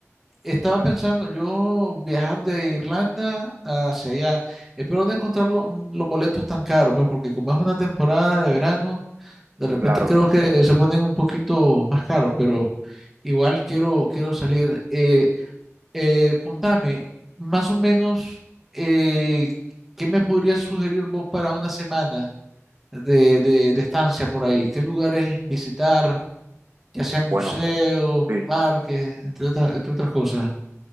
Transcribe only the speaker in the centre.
Estaba pensando yo viajar de Irlanda hacia allá. Espero no encontrar lo- los boletos tan caros, pues porque como es una temporada de verano, de repente
creo que se ponen un poquito más caros, pero igual quiero, quiero salir. Eh, eh, contame, más o menos, eh, ¿qué me podrías sugerir vos para una semana de, de, de estancia por ahí? ¿Qué lugares visitar? Ya sean
museos,
parques, entre otras, entre otras cosas.